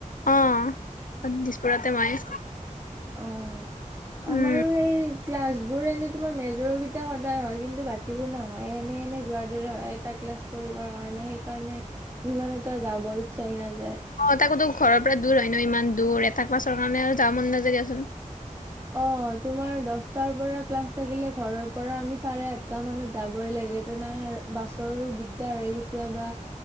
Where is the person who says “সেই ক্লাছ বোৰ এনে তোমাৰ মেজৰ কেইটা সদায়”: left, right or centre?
Right